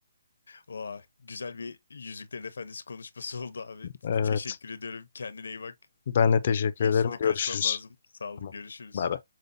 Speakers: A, on the left; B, on the left.
A: Vay, güzel bir Yüzüklerin Efendisi konuşması oldu abi.
B: Evet.
A: Teşekkür ediyorum. Kendine iyi bak.
B: Ben de teşekkür
A: Benim
B: ederim.
A: şimdi
B: Görüşürüz.
A: kaçmam lazım. Sağ ol,
B: Tamam.
A: görüşürüz.
B: Bay bay.